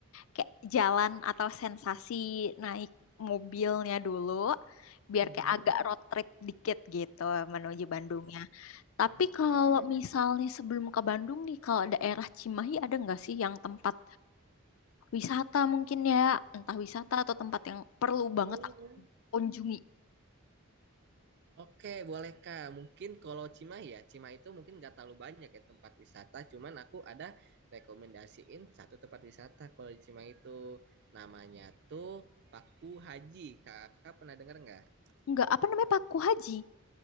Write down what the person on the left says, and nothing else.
kayak jalan atau sensasi naik mobilnya dulu, biar
kayak agak road trip dikit gitu menuju Bandungnya. Tapi
kalau misalnya sebelum ke Bandung nih, kalau daerah Cimahi ada nggak sih yang tempat wisata mungkin ya, entah wisata atau tempat yang perlu banget
aku kunjungi.
Enggak, apa namanya Paku Haji?